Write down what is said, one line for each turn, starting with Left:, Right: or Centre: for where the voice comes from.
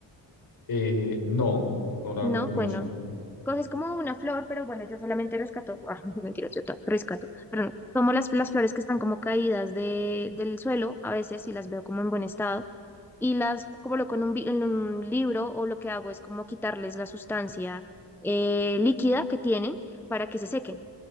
Left: Eh, no, no, la
Centre: ¿no?
Left: verdad no lo conozco.
Centre: Bueno, coges como una flor, pero bueno, yo solamente rescato, <laughs> ah, no, mentiras, yo to- rescato, pero no, tomo las, las flores que están como caídas de, del suelo a veces y las veo como en buen estado y las coloco en un, vi- en un libro o lo que hago es como quitarles la sustancia eh, líquida que tienen para que se sequen.